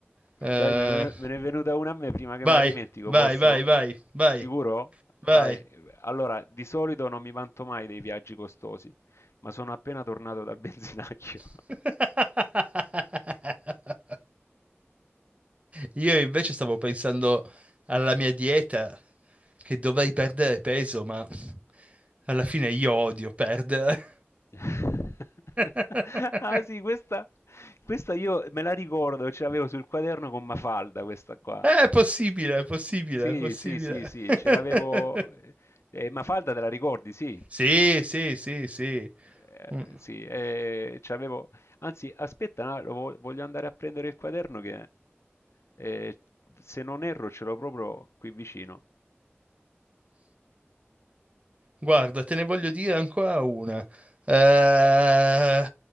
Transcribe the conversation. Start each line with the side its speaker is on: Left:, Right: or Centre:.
Right: Eh,
Left: Dai, me me- me ne è venuta una a me prima che
Right: vai,
Left: me la dimentico,
Right: vai,
Left: posso?
Right: vai, vai, vai,
Left: Sicuro?
Right: vai.
Left: Vai. Allora, di solito non mi vanto mai dei viaggi costosi, ma sono appena tornato dal benzinaccio.
Right: <laughs> Io invece stavo pensando alla mia dieta, che dovrei perdere peso, ma Alla fine io odio perdere.
Left: <laughs>
Right: <laughs>
Left: Ah sì, questa, questa io me la ricordo, ce l'avevo sul quaderno con Mafalda, questa qua.
Right: Eh, È possibile, è possibile,
Left: Sì,
Right: è possibile.
Left: sì, sì, sì,
Right: <laughs>
Left: ce l'avevo... eh, eh, Mafalda te la ricordi, sì.
Right: Sì, sì, sì, sì.
Left: Eh,
Right: Mm.
Left: sì, eh, c'avevo... Anzi, aspetta, no, lo vo- voglio andare a prendere il quaderno che, eh, se non erro, ce l'ho proprio qui vicino.
Right: Guarda, te ne voglio dire ancora una. Eh,